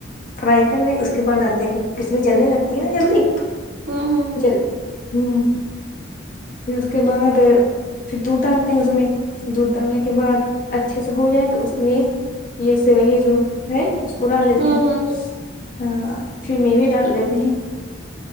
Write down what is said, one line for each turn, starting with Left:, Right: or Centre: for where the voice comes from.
Left: فرائی کر لیں اس کے بعد ڈال د کچ بھی جلنے لگتی ہے نا جلدی
Right: ہوں ہوں
Left: جل ہوں پھر اس کے ماہت پھر دودھ ڈالتے ہیں اس میں دودھ ڈالنے کے بعد اچھے سے ہو جائے تو اس میں یہ سوئیں جو ہے اس کو ڈال دیتے
Right: ہوں
Left: ہیں
Right: ہوں
Left: ہ پھر میوے ڈال دیتے ہیں